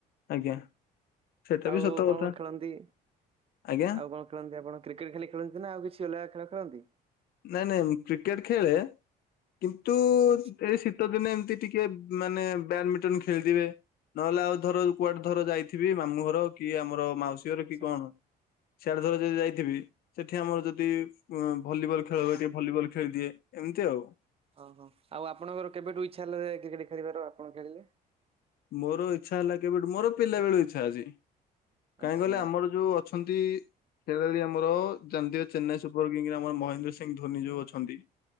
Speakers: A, on the left (about 65°); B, on the right (about 35°).
A: ଆଜ୍ଞା ସେଟା
B: ଆଉ
A: ବି ସତ କଥା
B: କଣ କଣ ଖେଳନ୍ତି?
A: ଆଜ୍ଞା
B: ଆଉ କଣ ଖେଳନ୍ତି, ଆପଣ କ୍ରିକେଟ୍ ଖାଲି ଖେଳନ୍ତି ନା ଆଉ କିଛି ଅଲଗା ଖେଳ ଖେଳନ୍ତି?
A: ନାଇଁ ନାଇଁ ମୁଁ କ୍ରିକେଟ୍ ଖେଳେ, କିନ୍ତୁ
B: ଆଚ୍ଛା
A: ଏଇ ଶୀତ ଦିନ ଏମିତି ଟିକେ ମାନେ ବ୍ୟାଡମିଣ୍ଟନ ଖେଳିଦିଏ। ନହେଲେ ଆଉ ଧର କୁଆଡେ ଧର ଯାଇଥିବି ମାମୁଁ ଘର କି ଆମର ମାଉସୀ ସୀ ଘର
B: ଆଚ୍ଛା
A: କି କଣ, ସିଆଡେ ଧର ଯଦି ଯାଇଥିବି ସେଠି ଆମର ଯଦି ଅଁ, ଭଲିବଲ ଖେଳ <unintelligible> ଟିକେ ଭଲିବଲ ଖେଳିଦିଏ ଏମିତି ଆଉ।
B: ଓହୋ, ଆଉ ଆପଣଙ୍କର କେବେଠୁ ଇଚ୍ଛା ହେଲା ଯେ କ୍ରିକେଟ୍ ଖେଳିବାର ଆପଣ ଖେଳିଲେ?
A: ମୋର ଇଚ୍ଛା ହେଲା କେବେଠୁ, ମୋର ପିଲାବେଳୁ ଇଚ୍ଛା ଅଛି। କାହିଁ
B: ଆଚ୍ଛା
A: କହିଲେ ଆମର ଯୋଉ ଅଛନ୍ତି ଖେଳାଳି ଆମର ଜାଣିଥିବେ ଚେନ୍ନାଇ ସୁପର କିଙ୍ଗର ଆମର ମହେନ୍ଦ୍ର ସିଂହ ଧୋନି ଯୋଉ ଅଛନ୍ତି।